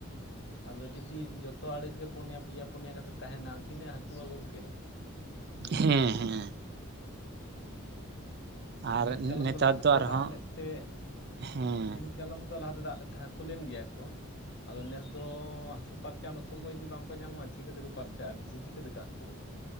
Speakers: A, on the left (about 55°); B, on the right (about 50°).
A: ᱟᱫᱚ ᱡᱩᱫᱤ ᱡᱷᱚᱛᱚ ᱟᱲᱮ ᱨᱮᱜᱮ ᱯᱩᱱᱭᱟ ᱯᱮᱭᱟ ᱯᱩᱱᱭᱟ ᱠᱟᱛᱮᱫ ᱛᱟᱦᱮᱸᱱᱟ ᱛᱤᱱᱟᱹᱜ ᱦᱟᱹᱠᱩᱜᱼᱟ ᱜᱚᱢᱠᱮ
B: ᱦᱮᱸ ᱦᱮᱸ ᱟᱨ
A: ᱫᱤᱱ ᱠᱟᱞᱚᱢ
B: ᱱᱮᱛᱟᱨ
A: ᱫᱚ ᱞᱟᱦᱟᱛᱮ
B: ᱟᱨᱦᱚᱸ
A: ᱫᱟᱜ ᱞᱮᱫ ᱛᱮ
B: ᱦᱮᱸ
A: ᱫ ᱫᱤᱱ ᱠᱟᱞᱚᱢ ᱫᱚ ᱞᱟᱦᱟ ᱛᱮ ᱫᱟᱜ ᱞᱮᱫ ᱛᱮ ᱦᱟᱹᱠᱩ ᱞᱮᱱ ᱜᱮᱭᱟ ᱠᱚ ᱟᱫᱚ ᱱᱮᱥ ᱫᱚ ᱦᱟᱹᱠᱩ ᱯᱟᱨᱪᱟ ᱨᱮᱱᱟᱜ ᱥᱚᱢᱚᱭ ᱜᱤ ᱵᱟᱝᱠᱚ ᱧᱟᱢᱼᱟ ᱪᱤᱠᱟᱹ ᱛᱮᱠᱚ ᱯᱟᱨᱪᱟᱜᱼᱟ ᱵᱮᱥᱤ ᱪᱤᱠᱟᱹ ᱛᱮᱠᱚ ᱦᱟᱹᱠᱩᱜᱼᱟ